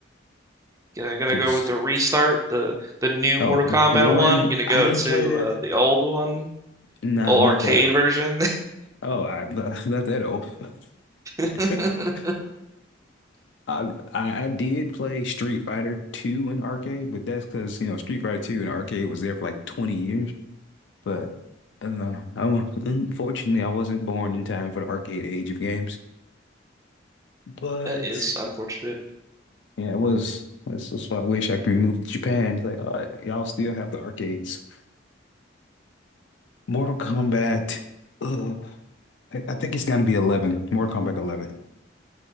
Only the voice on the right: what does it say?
Gonna gonna
go with the restart, the the new
Mortal Kombat
one. You're gonna go
to
uh, the old one,
old
arcade
version.
<laughs>
That is unfortunate.